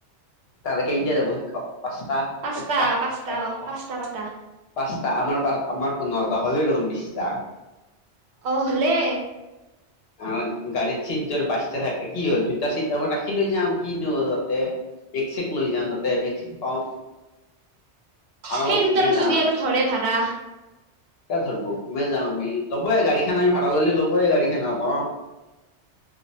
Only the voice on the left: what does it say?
তাহালে কেতিয়া যাব শিক্ষক পাঁচটা,
চাইটা,
দুটা,
এটা?
পাঁচটা আমাৰ আমাৰ পোন্ধৰটা, হ'লেই দেখোন বিশটা।
আাৰ গাড়ীৰ ক <unintelligible> বাচ থাকে কি হ'ল। দুটা চিট আকৌ ৰাখি লৈ যাম কিনো হ'ল তাতে। বেক-চেক লৈ যাম তাতে। বেক-চেক থম আৰামত
ঘুমে যাম।
এ ধৰিব কমে যাম আমি লবয়ে গাড়ীখন আ ভড়া ললে ল'বয়ে গাড়ীখনত আকৌ <unintelligible>